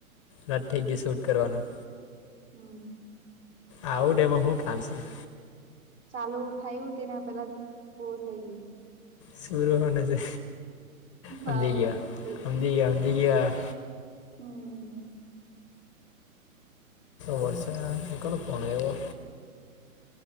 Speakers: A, on the right; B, on the left.
A: ગયું
B: રટ થઈ ગય શૂટ કરવાનું.
A: હમ.
B: આવું ડેમ હું કામસી
A: ચાલુ થાય હત ને પેલા પૂરું થઈ ગયું
B: શર છે સમજઈ
A: હા
B: ગયા
A: તેજ
B: સમજઈ ગયા સમજઈ ગયા.
A: હમ.
B: વર્ષા કનો ફોન આયો